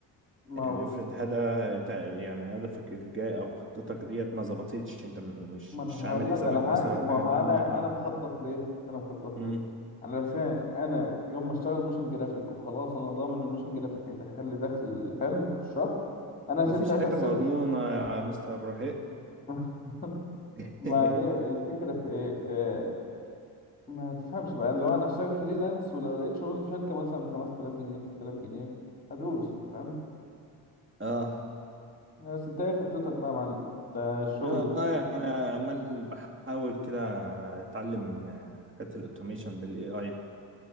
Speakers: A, on the left; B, on the right.
A: ما
B: يعني
A: بص
B: افرض هذا تع- يعني هدفك الجاي او خطتك ديت ما ظبطتش انت م- مش
A: ما انا
B: مش عامل
A: هقول لك
B: حسابك
A: على حاجه
B: مثلا على
A: ما
B: حاجة
A: هو
B: تانية
A: انا
B: اه
A: انا مخطط ليه انا مخطط
B: امم
A: ليه علشان انا يوم ما اشتغل موشن جرافيك وخلاص انا ضامن ان الموشن جرافيك هيدخل لي دخل حلو في الشهر انا هسيب
B: مفيش
A: ساعتها
B: حاجة
A: السيلز
B: مضمونة يا مستر ابراهيم
A: <laughs>
B: <laughs>
A: ما هي الفكرة في ايه آه، ما تفهمش بقى لو انا هشتغل فريلانس ولو لقيت شغل في شركة مثلا 5000 جنيه 3000 جنيه هدوس انت فاهم
B: اه
A: بس انت ايه خطتك بقى يا معلم ده الشغل
B: انا والله انا عمال بحاول كده اتعلم آه، حاجات الاوتوميشن بالاي اي